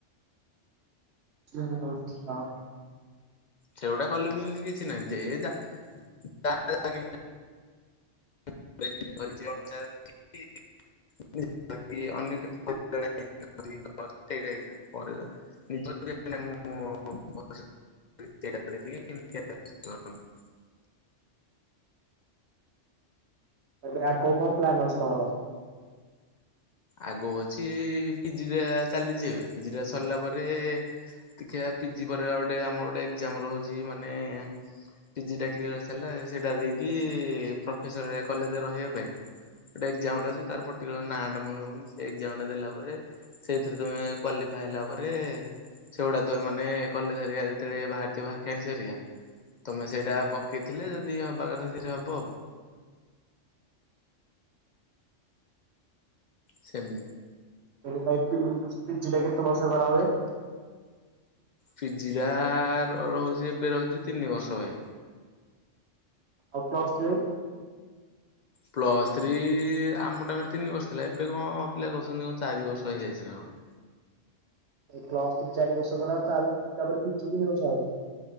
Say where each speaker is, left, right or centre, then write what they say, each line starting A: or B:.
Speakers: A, on the right; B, on the left.
A: ହ ଆଛା
B: ସେଗୁଡା କଲେ ବି ଏମତି କିଛି ନାହିଁ ଯେ ଯା <inaudible> <inaudible> <inaudible> <inaudible>
A: ଏବେ ଆଉ କଣ କଣ ପ୍ଲାନ୍ ଅଛି ତମର?
B: ଆଗକୁ ଅଛି ପିଜିଟା ଚାଲିଛି ଏବେ ପିଜି ଟା ସରିଲା ପରେ ଦେଖିବା ପିଜି ପରେ ଆଉ ଗୋଟେ ଆମର ଗୋଟେ ଏକ୍ଜାମ ରହୁଛି ମାନେ ପିଜିଟା କ୍ଲିଅର କରି ସାରିଲା ସେଇଟା ଦେଇକି ପ୍ରଫେସର କଲେଜରେ ରହିବା ପାଇଁ ଗୋଟେ ଏକ୍ସାମ ରହୁଛି ତାର ପର୍ଟିକୁଲାର ନାଁ ଟା ମନେ ପଡୁନି। ସେ ଏକଜାମଟା ଦେଲା ପରେ ସେଇଥିରେ ତମେ କ୍ଵାଲିଫାଏ ହେଲା ପରେ ସେଗୁଡା ତ ମାନେ କଲେଜ ହେରିକା ଯେତେବେଳେ ବାହାରିଥିବ ଭାକାନ୍ସି ହେରିକା ତମେ ସେଇଟା ପକେଇଥିଲେ ଯଦି ହବା କଥା ସେଇଟା ହବ। ସେମ
A: <inaudible>
B: ପିଜିଟା ରହୁଛି ଏବେ ରହୁଛି ତିନି ବର୍ଷ ପାଇଁ
A: ଆଉ ପ୍ଲସ୍ ଥ୍ରୀ?
B: ପ୍ଲସ୍ ଥ୍ରୀ ଆମ ଟାଇମରେ ତିନି ବର୍ଷ ଥିଲା ଏବେ କଣ ପିଲା କରୁଛନ୍ତି କଣ ଚାରି ବର୍ଷ ହେଇଯାଇଛି ନା କଣ?
A: ଏଇ ପ୍ଲସ୍ ଥ୍ରୀ ଚାରି ବର୍ଷ ପରେ ତା ତାପରେ ପିଜି ତିନି ବର୍ଷ ଆହୁରି?